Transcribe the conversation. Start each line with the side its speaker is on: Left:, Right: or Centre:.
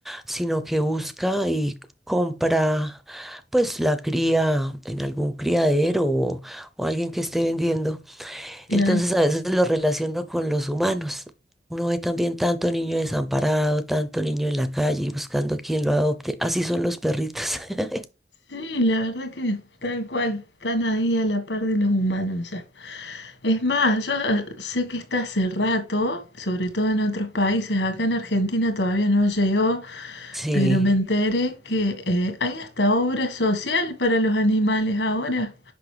Centre: sino que busca y compra pues la cría en algún criadero o, o alguien que esté vendiendo.
Left: claro.
Centre: Entonces a veces lo relaciono con los humanos. Uno ve también tanto niño desamparado, tanto niño en la calle y buscando quien lo adopte. Así son los perritos. <laughs>
Left: Sí, la verdad que tal cual, están ahí a la par de los humanos ya. Es más, yo eh, sé que está hace rato, sobre todo en otros países, acá en Argentina todavía no llegó,
Centre: Sí,
Left: pero me enteré que eh, hay hasta obra social para los animales ahora.